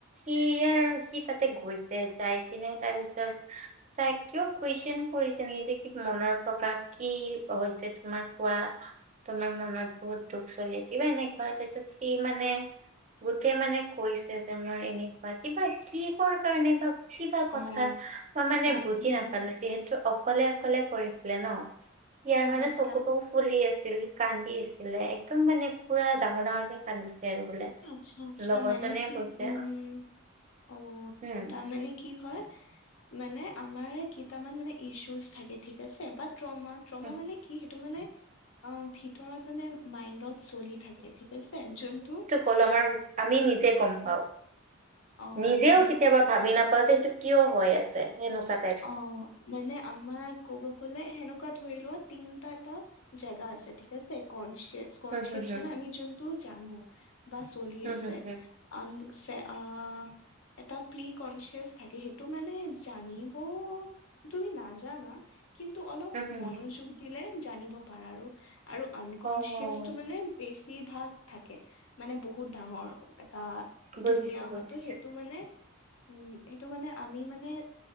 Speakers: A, on the right (about 35°); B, on the left (about 70°).
A: সি আৰু, সি তাতে গৈছে, যাই কিনে তাৰপিছত তাই কিয় কুৱেশচন কৰিছে নিকি, যে কি মনৰ প্ৰকাশ কি হৈছে তোমাৰ কোৱা। তোমাৰ মনত বহুত দুখ চলি আছে, কিবা এনেকুৱা তাৰপিছত সি মানে গোটেই মানে কৈছে যে, মোৰ এনেকুৱা কিবা কিহৰ কাৰণে বা। কিবা কথা,
B: অ
A: মই মানে
B: তাৰ
A: বুজি
B: উম
A: নাপালোঁ, যিহেতু অকলে অকলে কৰিছিলে ন', ইয়াৰ
B: অ
A: মানে চকুতো।
B: তাৰ
A: পলি আছিল, কান্দি আছিলে একদম মানে পুৰা ডাঙৰ ডাঙৰকে কান্দিছে আৰু বোলে।
B: আচ্ছা, আচ্ছা,
A: লগৰজনীয়ে
B: মানে কি,
A: কৈছে
B: উম' অ'
A: উম
B: তাৰমানে। কি হয়, মানে আমাৰ কেইটামান মানে ইছুজ থাকে ঠিক আছে, বাট ট্ৰমা, ট্ৰমা
A: উম,
B: মানে কি, সেইটো মানে অ' ভিতৰত মানে মাইণ্ডত চলি থাকে ঠিক আছে, যোনটো
A: কলমাৰ আমি নিজে গ'ম
B: উম,
A: পাওঁ,
B: অ
A: নিজেও
B: সেই
A: কেতিয়াবা ভাবি নাপাওঁ যে, সেইটো কিয় হৈ আছে, সেনেকুৱাত।
B: অ' মানে আমাৰ ক'ব ক'লে সেনেকুৱা ধৰি লোৱা, তিনটা এটা জেগা আছে ঠিক আছে, কনচিয়াচ কনচিয়াছ
A: হুম হুম হুম
B: মানে আমি যোনটো জানো, বা চলি
A: হুম
B: আছে।
A: হুম হুম
B: আনচে আ এটা প্ৰি কনচিয়াছ থাকে, সেইটো মানে জানি প তুমি নাজানা, কিন্তু অলপ
A: হুম হুম
B: মনোযোগ
A: হুম।
B: দিলে জানিব পাৰা আৰু, আৰু আনকনচিয়াচটো
A: হয় হয়
B: মানে। বেছিভাগ থাকে, মানে বহুত ডাঙৰ। অ'
A: বুজিছো
B: ধুনীয়া
A: বুজিছো
B: হয়তো, সেইটো মানে উম' সেইটো মানে আমি মানে